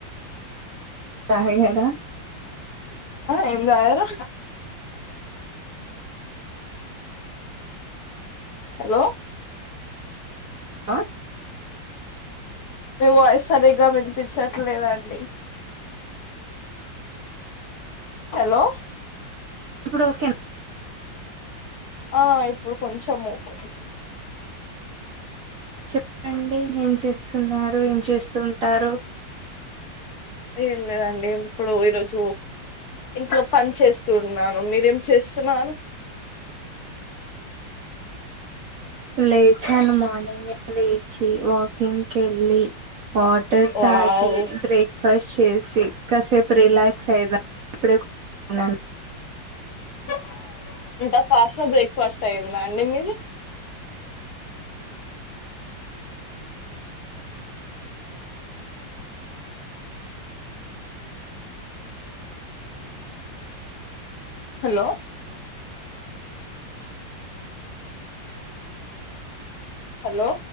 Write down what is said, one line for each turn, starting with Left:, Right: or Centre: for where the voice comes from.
Right: <unintelligible>
Left: ఆ ఎం తగారు హలో
Right: ఆ
Left: మీ వాయిస్ సరిగ్గా వినిపించట్లేదండి. హలో
Right: ఇప్పుడు ఓకే నా
Left: ఆ ఇప్పుడు కొంచెం ఒకే
Right: చెప్పండి ఏం చేస్తున్నారు ఏం చేస్తుంటారు.
Left: ఏం లేదండి ఇప్పుడు ఈరోజు ఇంట్లో పని చేస్తూ ఉన్నాను మీరేం చేస్తున్నారు
Right: లేచను మార్నింగ్ లేచి వాకింగ్కి ఏళ్ళి వాటర్
Left: వావ్
Right: తాగి బ్రేక్ఫాస్ట్ చేసి కసేపు రిలాక్స్ అయిదా ఇప్పుడే ఉన్నాను
Left: వావ్ ఇంత ఫాస్ట్గా బ్రేక్ఫాస్ట్ అయిందా అండి మీది
Right: అ
Left: హలో హలో